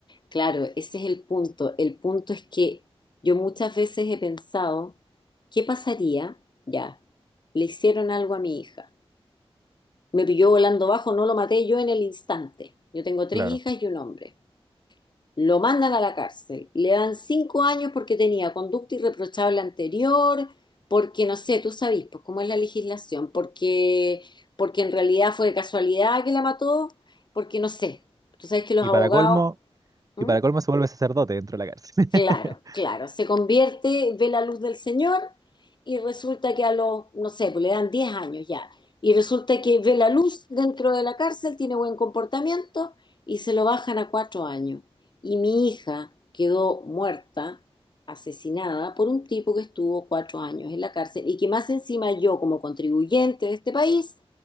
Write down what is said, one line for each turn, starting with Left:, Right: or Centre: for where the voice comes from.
Left: Claro, ese es el punto. El punto es que yo muchas veces he pensado, ¿qué pasaría? Ya, le hicieron algo a mi hija. Me pilló volando bajo, no lo maté yo en el instante. Yo tengo tres
Right: claro.
Left: hijas y un hombre. Lo mandan a la cárcel. Le dan cinco años porque tenía conducta irreprochable anterior, porque no sé, tú sabes, pues cómo es la legislación, porque, porque en realidad fue de casualidad que la mató, porque no sé. Tú sabes que los
Right: Y
Left: abogados...
Right: para colmo,
Left: ¿Mm?
Right: y para colmo se vuelve sacerdote dentro de la cárcel.
Left: Claro,
Right: <laughs>
Left: claro. Se convierte, ve la luz del Señor y resulta que a los, no sé, pues le dan 10 años ya. Y resulta que ve la luz dentro de la cárcel, tiene buen comportamiento y se lo bajan a cuatro años. Y mi hija quedó muerta, asesinada por un tipo que estuvo cuatro años en la cárcel y que más encima yo como contribuyente de este país